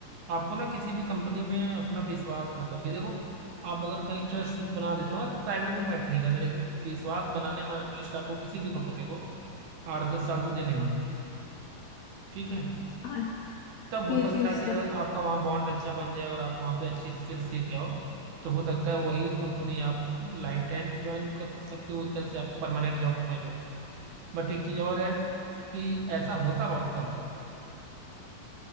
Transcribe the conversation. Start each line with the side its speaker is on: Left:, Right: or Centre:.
Right: आपको ना किसी भी कंपनी में अपना विश्वास मतलब कि देखो आप अगर कहीं ट्रस्ट बना देते हो ना तो प्राइवेट भी मैटर नहीं करता लेकिन विश्वास बनाने में एटलीस्ट आपको किसी भी कंपनी को आठ दस साल तो देने होंगे ठीक है
Left: हाँ,
Right: तब
Left: ये
Right: हो सकता
Left: चीज
Right: है कि अगर आपका वहाँ बॉन्ड अच्छा बन जाए और आप वहाँ पे अच्छी स्किल सीख जाओ तो हो सकता है वही कंपनी आप लाइफ टाइम ज्वाइन कर सकते हो एक तरह से आप परमानेंट जॉब समझ लो अपनी बट एक चीज़ और है कि ऐसा होता बहुत कम है